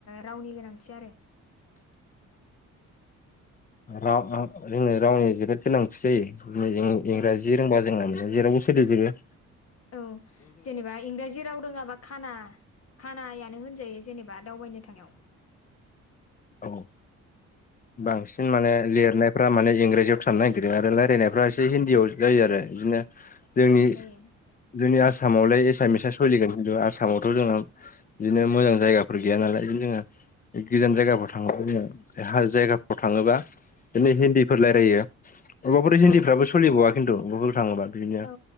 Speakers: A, on the left; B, on the left.
A: रावनि गोनांथि आरो
B: र जोंनो रावनि जोबोद गोनांथि जायो इंराजि
A: औ
B: रोंबा जोंना जेरावबो ख दै ज <unintelligible>
A: औ जेनेबा इंराजि राव रोङाबा खाना खानायानो नो होनजायो जेनेबा दावबायनो थांनायाव
B: औ बांसिन माने लिरनायफ्रा माने इंराजियाव साननो निरदों आरो रायलायनायफ्रा एसे हिन्दीयाव जायो आरो बिदिनो जोंनि
A: औ जायो
B: जोंनि आसामावलाय एसामिसा सोलिगोन खिन्थु आसामावथ' जोंना बिदिनो मोजां जायगाफोर गैया नालाय जोङो गोजान जायगाफोराव थांङोबा जोङो हा जायगाफ्राव थाङोबा बिदिनो हिन्दीफोर रायलायो अबेबाफोर हिन्दीफ्राबो
A: औ
B: सोलिबाववा। खिन्थु ब थाङोबा बिदिनो
A: औ